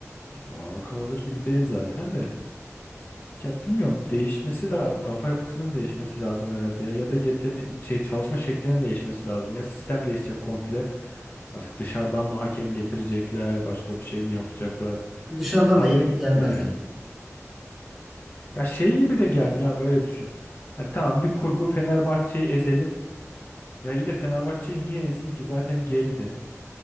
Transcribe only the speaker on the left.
bu akıl alır gibi değil zaten de ya bilmiyorum değişmesi lazım kafa yapısının değişmesi lazım herhalde ya ya da yetene şey, çalışma şeklinin değişmesi lazım ya sistem değişecek komple artık dışarıdan mı hakem getirecekler başka bir şey mi yapacaklar
hayra
gitmiyor
yani
ya şey gibi de gelmiyor abi öyle düşün hani tamam bir kurgu Fenerbahçe'yi ezelim ya iyi de Fenerbahçe'yi niye ezeyim ki zaten geride